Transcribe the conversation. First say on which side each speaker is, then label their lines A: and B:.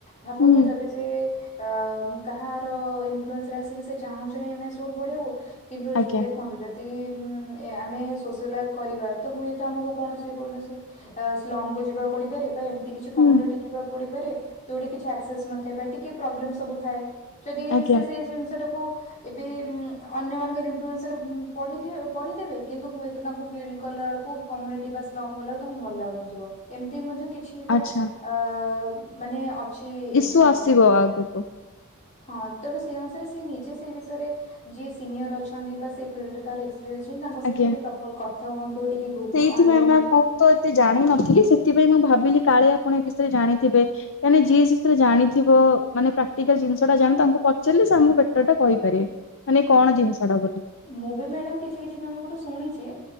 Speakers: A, on the left; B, on the left.
A: ଭାବନ୍ତୁ
B: ହୁଁ
A: ଯଦି ସେ ସେ -ଆ- କାହାର ଇନଫ୍ଲୁଏନ୍ସ ରେ ଆସିକି ସେ ଚାହୁଁଚନ୍ତି <unintelligible> ପଢେଇବୁ କିନ୍ତୁ
B: ଆଜ୍ଞା
A: ଦେଖନ୍ତୁ ଯଦି ଯଦି ଉଁ- ଏ-ଆମେ ସୋସିଆଲ ୱାର୍କ କରିବା ତ ହୁଏତ ଆମକୁ କୌଣସି -କୌଣସି <unintelligible> ଯିବାକୁ ପଡିପାରେ ବା ଏମ୍ ତି କିଛି କମ୍ୟୁନିଟି
B: ହୁଁ
A: ଯିବାକୁ ପଡିପାରେ ଯଉଠି କିଛି ଆସେସ୍ ନଥାଏ ବା ଟିକେ ପ୍ରୋବ୍ଲେମ୍ ସବୁ ଥାଏ ଯଦି ଇଏ
B: ଆଜ୍ଞା
A: ସେ ସେଇ ଜିନିଷଟାକୁ ଏବେ ଅନ୍ୟମାନଙ୍କ ଇନଫ୍ଲୁଏନ୍ସ ରେ ଉଁ- ପଢି ଥିବେ -ପଢିଥିବେ କିନ୍ତୁ ହୁଏତ ତାଙ୍କୁ ଫିଲ୍ କଲାବେଳକୁ କମ୍ୟୁନିଟି ବା ସ୍ଲନ୍ଗ ଗଲା ବେଳକୁ ତାଙ୍କୁ ଭଲ ଲାଗୁନଥିବ ଏମତି ମଧ୍ୟ କି କିଛିଟା
B: ଆଚ୍ଛା।
A: ଆ-ମାନେ ଅଛି
B: ଇସୁ
A: ଏକ୍ଜାମ୍ପ୍ଲ୍
B: ଆସିବ ଆଗକୁ।
A: ହଁ ତେଣୁ ସେଇ ଅନୁସାରେ ସେ ନିଜେ ସେଇ ବିଷୟରେ ଯିଏ ସିନିଅର୍ ଅଛନ୍ତି ବା ସେ ଫିଲ୍ଡ୍ ରେ କାହାର ଏକ୍ସ୍ <unintelligible> ତାଙ୍କ
B: ଆଜ୍ଞା।
A: ସହିତ ଟିକେ ପ୍ରପର୍ କଥା ହୁଅନ୍ତୁ ଟିକେ ଗୁ-ଅନଲାଇନ୍
B: ସେଇଥିପାଇଁ ମ୍ୟାମ
A: ହେରିକା।
B: ମୁଁ ତ ଏତେ ଜାଣିନଥିଲି ସେଥିପାଇଁ ମୁଁ ଭାବିଲି କାଳେ ଆପଣ ଏ ବିଷୟରେ ଜାଣିଥିବେ। କାଣି ଯିିଏ ସେଥେରେ ଜାଣିଥିବ ମାନେ ପ୍ରାକ୍ଟିକାଲ୍ ଜିନିଷ ଟା ଜାଣ ତାଙ୍କୁ ପଚାରିଲେ ସେ ଆମକୁ ବେଟର୍ ଟା କହିପାରିବେ। ମାନେ କଣ ଜିନିଷ ଟା ବୋଲି।
A: ମୁଁ ବି ମ୍ୟାଡାମ୍ କିଛି କିଛି ଜଣଙ୍କଠୁ ଶୁଣିଚି